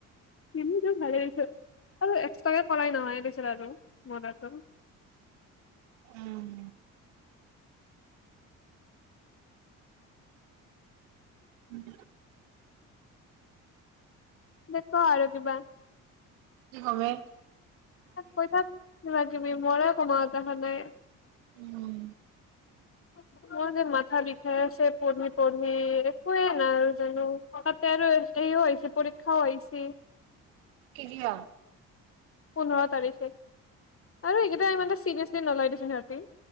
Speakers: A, on the left; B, on the right.
A: এনেইটো ভালে আৰু এক্সট্ৰাকে কৰাই নহয় পিছত আৰু
B: উম উম
A: দে ক আৰু কিবা
B: কি কম এ
A: কৈ থাক কিবা কিবি মোৰে একো মূৰত আহা নাই
B: উম।
A: <unintelligible> মাথা বিষাই আছে পঢ়ি পঢ়ি একোৱে নাজানো তাতে আৰু এইও হৈছে পৰীক্ষাও আহিছি
B: কেতিয়া?
A: পোন্ধৰ তাৰিখে। আৰু এইকেইটা ইমান এটা চিৰিয়াছলি নলয় দেচোন সিহঁতি